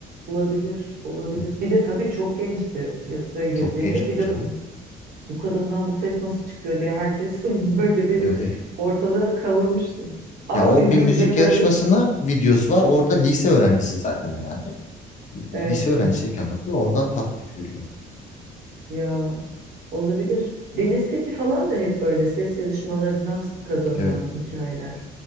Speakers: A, on the right; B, on the left.
A: Olabilir. Olabilir.
B: Hı hı.
A: Bir de tabii çok gençti piyasaya girdiğinde.
B: Çok gençti
A: Bir de
B: canım.
A: bu kadından bu ses nasıl çıkıyor diye herkes <laughs> böyle bir
B: Evet evet.
A: ortalığı kavurmuştu. Ama
B: Ya o
A: bizim
B: bir müzik
A: bir de tabii
B: yarışmasına videosu var. Orada lise öğrencisi zaten herhalde.
A: evet
B: Lise öğrencisiyken
A: ya
B: hatırlıyorum. Oradan patlayıp yürüyor.
A: ya olabilir. Deniz Seki falan da hep böyle ses yarışmalarından kazanılan
B: Evet.
A: hikayeler.